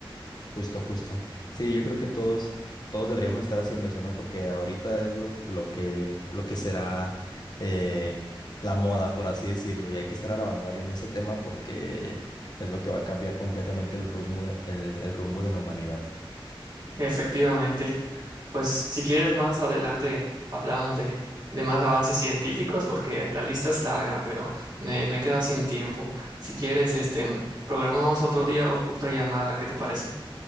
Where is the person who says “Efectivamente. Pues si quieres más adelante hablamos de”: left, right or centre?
Right